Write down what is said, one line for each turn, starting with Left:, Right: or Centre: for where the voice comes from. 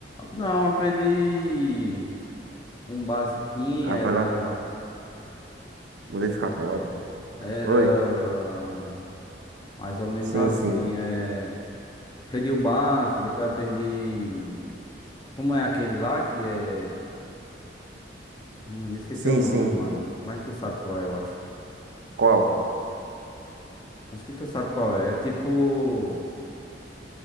Left: Não, aprendi um basiquinho,
Right: Ah,
Left: era,
Right: vai lá. Vou ficar calado.
Left: era
Right: Oi?
Left: mais ou menos
Right: Sim,
Left: assim.
Right: sim.
Left: É, aprendi o básico, depois aprendi. Como é aquele lá que é. Hum, Me esqueci
Right: Sim,
Left: o nome,
Right: sim.
Left: mano. Mas tu sabe qual é, eu acho.
Right: Qual?
Left: Acho que tu sabe qual é. É tipo.